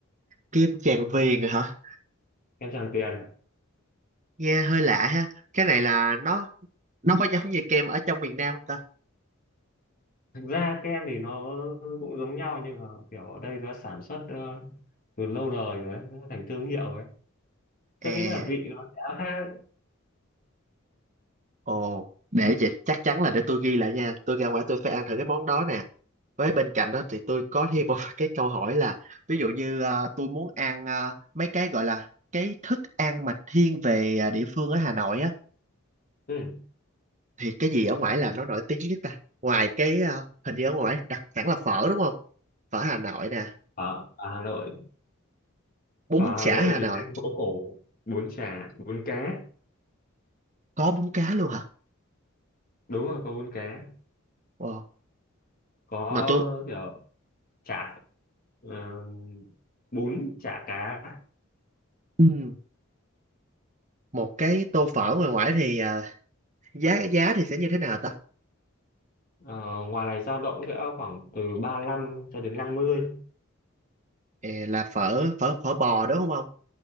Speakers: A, on the right; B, on the left.
A: kem Tràng Viền rồi hả
B: kem Tràng Tiền
A: nghe hơi lạ ha cái này là nó nó có giống như kem ở trong miền Nam không ta
B: thực ra kem thì nó cũng giống nhau nhưng mà kiểu ở đây nó sản xuất ờ, từ lâu đời rồi ấy, nó thành thương hiệu ấy tôi
A: à
B: nghĩ là vị nó sẽ khác ấy.
A: ồ để vậy chắc chắn là để tôi ghi lại nha tôi ra ngoài tôi phải ăn thử cái món đó nè với bên cạnh đó thì tôi có thêm một <laughs> cái câu hỏi là ví dụ như ờ, tôi muốn ăn ờ, mấy cái gọi là cái thức ăn mà thiên về ờ, địa phương ở Hà Nội á
B: ừ.
A: thì cái gì ở ngoài là nó nổi tiếng nhất ta ngoài cái ờ, hình như ở ngoài đặc sản là phở đúng không phở Hà Nội nè
B: ở, ở Hà Nội
A: bún
B: ở
A: chả
B: Hà Nội
A: Hà
B: thì
A: Nội
B: lên phố cổ bún chả bún cá
A: có bún cá luôn hả
B: đúng rồi có bún cá
A: Wow.
B: có
A: mà tôi
B: kiểu chả ờ, bún chả cá
A: ừm, một cái tô phở ngoài ngoại thì à, giá giá thì sẽ như thế nào ta
B: Ờ, ngoài này dao động sẽ khoảng từ 35 cho đến 50
A: Ờ, là phở phở phở bò đúng không ông